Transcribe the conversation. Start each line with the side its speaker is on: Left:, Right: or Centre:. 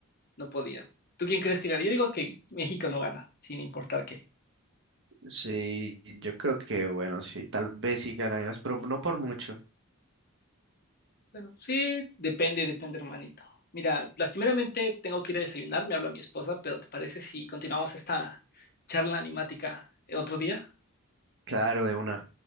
Left: no podían. ¿Tú quién crees que gana? Yo digo que México no gana, sin importar qué.
Right: Sí, yo creo que, bueno, sí, tal vez sí ganamos, pero no por mucho.
Left: Bueno, sí, depende, depende, hermanito. Mira, lastimeramente tengo que ir a desayunar, me habla mi esposa, pero ¿te parece si continuamos esta charla animática otro día?
Right: Claro, de una.